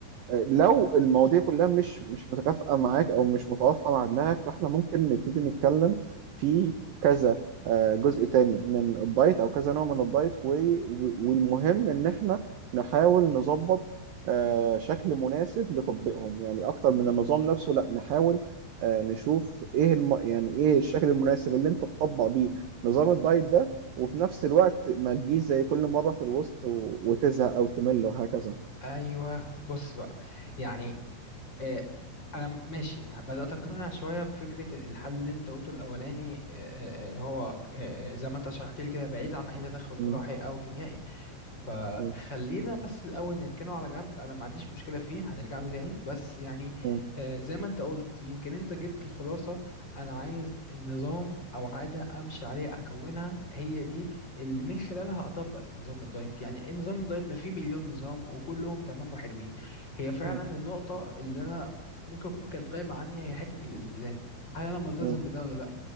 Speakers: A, on the right; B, on the left.
A: لو المواضيع كلها مش مش متكافئة معاك أو مش متوافقة مع دماغك فإحنا ممكن نبتدي نتكلم في كذا آه، جزء تاني من الدايت أو كذا نوع من الدايت و- و- والمهم إن إحنا نحاول نظبط آه، شكل مناسب لتطبيقهم يعني اكتر من النظام نفسه لا نحاول آه، نشوف ايه الم... يعني ايه الشكل المناسب اللي انت تطبق بيه نظام الدايت ده وفي نفس الوقت ما تجيش زي كل مرة في الوسط و... وتزهق او تمل وهكذا
B: ايوه بص بقى يعني آه، انا ماشي بدات اقتنع شويه بفكره الحل اللي انت قلته الاولاني آه، آه، آه، هو آه، آه، زي ما انت شرحت لي كده بعيد عن اي تدخل
A: م-
B: جراحي او كيميائي فخلينا
A: م-
B: بس الاول نركنه على جنب انا ما عنديش مشكله فيه هنرجع له تاني بس يعني
A: م-
B: آه، زي ما انت قلت يمكن انت جبت الخلاصه انا عايز نظام او عاده امشي عليها اكونها هي دي اللي من خلالها اطبق نظام الدايت يعني نظام الدايت ما فيه مليون نظام وكلهم تمام وحلوين هي فعلا
A: م-
B: النقطة اللي أنا ممكن أكون كانت غايبة عني هي حتة الالتزام هل أنا ملتزم
A: م.
B: بده ولا لأ